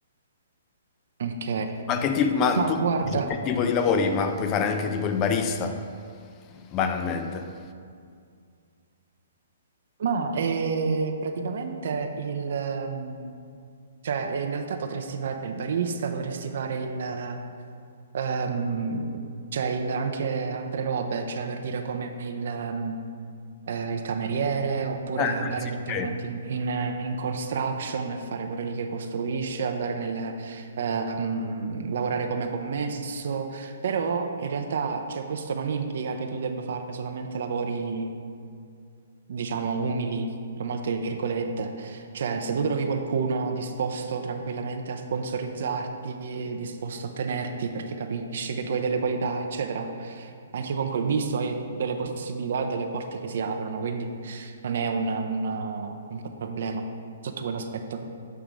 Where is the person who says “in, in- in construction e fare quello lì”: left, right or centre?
Right